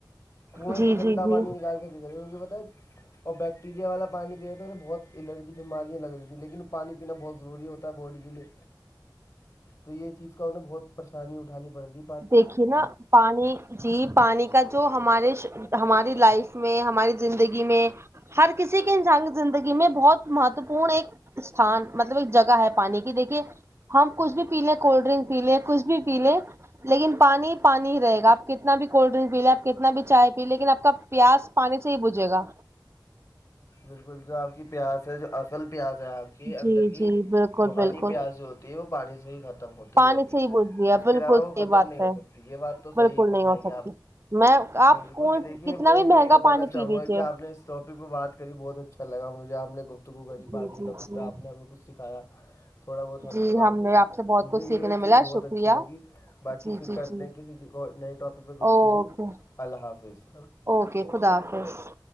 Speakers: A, on the left (about 45°); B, on the right (about 35°).
A: کنویں
B: جی
A: سے گندا
B: جی جی
A: پانی نکال کے پی جا وہ کہ بتائے اور بیکٹیریا والا پانی پیا تو انہیں بہت الرجی بیماریا لگ رہی ہیں لیکن وہ پانی پینا بہت ضروری ہوتا ہے باڈی کے لیے تو یہ چیز کا نے بہت پریشانی اٹھانی پڑی
B: دیکھیے نا پانی جی پانی کا جو ہمارے ہماری لائف میں ہماری زندگی میں ہر کسی کے انسان کی زندگی میں بہت مہتوپورن ایک استھان مطلب ایک جگہ ہے پانی کی دیکھیے ہم کچھ بھی پی لے کولڈ ڈرنک پی لے کچھ بھی پی لے <unintelligible> لیکن پانی پانی ہی رہےا آپ کتنا بھی کولڈ ڈرنک پی لے آپ کتنا بھی چائے پی لے لیکن آپ کا پیاس پانی سے ہی بجے گا
A: بالکل جو آپ کی پیاس ہے جو اصل پیاس ہے آپ کی اندر
B: جی
A: کی
B: جی بالکل
A: روحانی
B: بالکل
A: پیاز جو ہوتی ہے <unintelligible> وہ پانی سے ہی کھا <unintelligible> <unintelligible> خم ہوتی
B: پانی
A: ہے
B: سے ہی بجھتی ہے
A: اس کے
B: بالکل
A: علاوہ
B: صحیح
A: وہ ختم
B: بات
A: نہیں
B: ہے
A: ہو سکتی یہ بات تو
B: بالکل
A: صحیح فرمائیے
B: نہیں ہو سکتی
A: آپ <unintelligible>
B: میں <unintelligible>
A: بالکل
B: کون
A: کہ دیکھیے
B: کتنا
A: میں
B: بھی مہنگا
A: یہ بتانا
B: پانی
A: چاہوں
B: پی لیجیے
A: گا کہ آپ نے اس ٹاپک پہ بات کری بہت اچھا لگا مجھے آ نے گفت <unintelligible> گو کری پانی
B: جی
A: کے
B: جی
A: ڈبی
B: جی
A: پہ آپ نے ہمیں کچھ سکھایا تھوڑا بہت ہم
B: جی
A: سے بات ہوئی
B: نے آپ سے بہت
A: مجھے
B: کچھ
A: یہ
B: سیکھنے
A: چیز
B: ملا
A: بہت
B: شکریہ
A: اچھی لگی باقی
B: جی
A: پھر
B: جی
A: کرتے
B: جی
A: ہیں کسی نئے ٹاپک پہ گفتگو
B: اوکے
A: اللہ حافظ
B: اوکے خدا حافظ